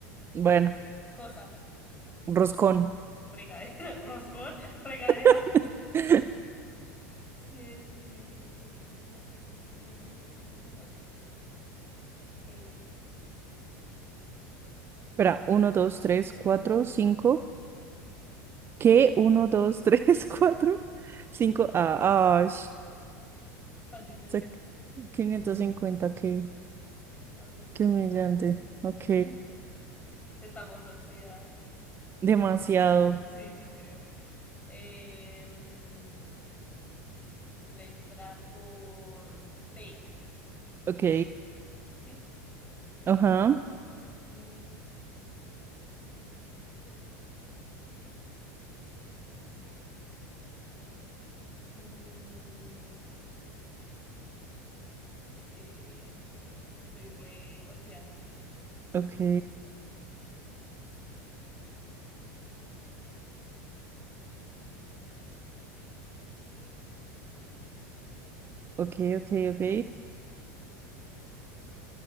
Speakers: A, on the right; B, on the left.
A: bueno,
B: Cosa,
A: roscón.
B: regadera, <laughs> roscón, regadera.
A: <laughs>
B: 100, 200, 300, 400, 500, 650. Eh, listo.
A: Espera, uno, dos, tres, cuatro, cinco. ¿Qué? Uno, dos, tres, <laughs> cuatro, cinco. Ah, ah, sh-
B: ¿Cuánto hiciste?
A: se- 550. ¿qué?
B: Ok.
A: Qué humillante. Ok.
B: <laughs> Estamos oxidadas.
A: Demasiado.
B: Sí, sí, creo. Em, letra por T,
A: Ok.
B: ¿sí?
A: Ajá.
B: Entonces... Eh, eh, uy, estoy re oxidada.
A: Ok. Ok, ok, ok.